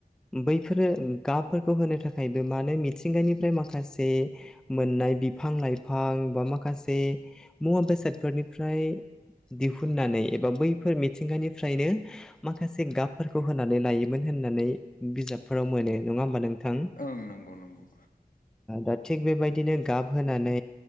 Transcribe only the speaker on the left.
ओं नंगौ नंगौ‌।